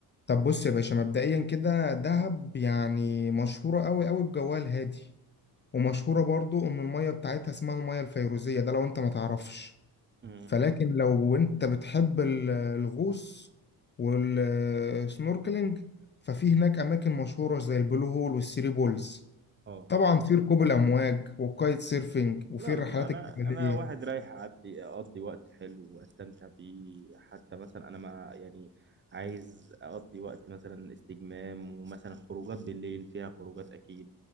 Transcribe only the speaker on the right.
امم
اه
لا
لا لا انا
انا واحد رايح اعدي اقضي وقت حلو واستمتع بيه حتى مثلا انا ما يعني عايز اقضي وقت مثلا استجمام ومثلا خروجات بالليل فيها خروجات اكيد